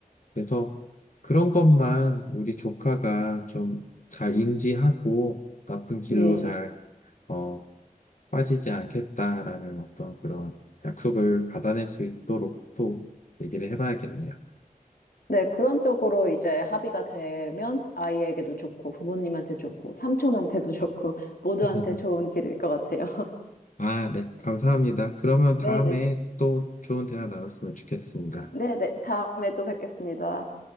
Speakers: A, on the left; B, on the left.
A: 그래서 그런 것만 우리 조카가 좀 잘 인지하고 나쁜 길로
B: 네,
A: 잘,
B: 네.
A: 어, 빠지지 않겠다라는 어떤 그런 약속을 받아낼 수 있도록 또 얘기를 해봐야겠네요.
B: 네, 그런 쪽으로 이제 합의가 되면 아이에게도 좋고, 부모님한테 좋고, 삼촌한테도 좋고, 모두한테
A: <laughs>
B: 좋은 길일 것 같아요. <laughs>
A: 아, 네. 감사합니다. 그러면
B: 네,
A: 다음에
B: 네.
A: 또 좋은 대화 나눴으면 좋겠습니다.
B: 네, 네. 다음에 또 뵙겠습니다.